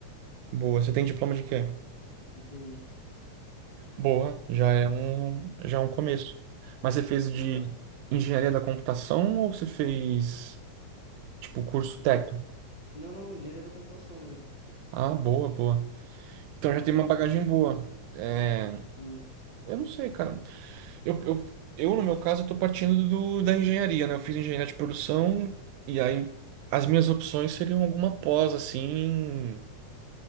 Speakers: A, on the right; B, on the left.
A: Boa, você tem diploma de quê?
B: De T I.
A: Boa, já é um, já é um começo. Mas você fez de
B: Exato.
A: engenharia da computação ou você fez, tipo, curso
B: Engen-
A: técnico?
B: Não, não, engenharia da computação mesmo.
A: Ah, boa, boa. Então já
B: Não,
A: tem uma bagagem boa. É,
B: sim.
A: eu não sei, cara. Eu, eu, eu, no meu caso, eu tô partindo do, da engenharia, né? Eu fiz engenharia de produção e aí as minhas opções seriam alguma pós, assim, em,